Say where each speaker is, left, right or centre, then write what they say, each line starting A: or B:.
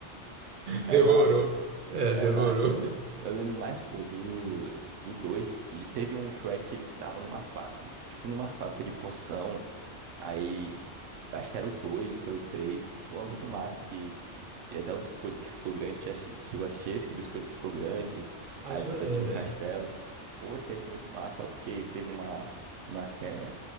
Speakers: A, on the right; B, on the right.
A: É
B: Demorou.
A: massa.
B: É,
A: É
B: demorou.
A: massa, viu? Eu lembro mais, pô, do do 2. Teve um Shrek que eles estavam numa fábrica, tipo numa fábrica de poção. Aí, acho que era o 2 foi o três Pô, muito
B: Uhum.
A: massa que. E até o biscoito que ficou grande. Já che- chegou a assistir esse que o biscoito ficou grande.
B: Acho
A: Aí eles
B: que eu
A: invadiram
B: lembro,
A: o castelo.
B: é.
A: Pô, isso aí foi muito massa, só porque teve uma, uma cena